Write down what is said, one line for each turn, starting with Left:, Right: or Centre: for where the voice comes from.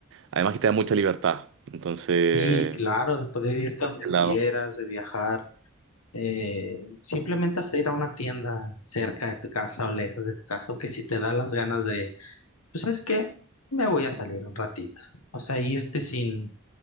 Right: además que te da mucha libertad, entonces,
Left: Sí, claro, de poder irte
Right: por
Left: a donde
Right: ese lado.
Left: quieras, de viajar, eh, simplemente hasta ir a una tienda cerca de tu casa o lejos de tu casa, o que si te da las ganas de pues sabes qué, me voy a salir un ratito. O sea, irte sin,